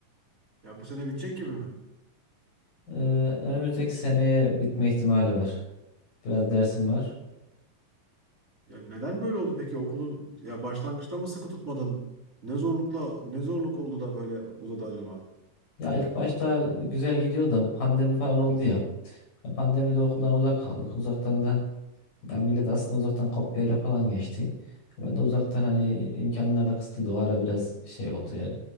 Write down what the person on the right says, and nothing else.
Ya bu sene bitecek gibi mi?
Ya neden böyle oldu peki okulun ya başlangıçta mı sıkı tutmadın? Ne zorlukla ne zorluk oldu da böyle uzadı acaba?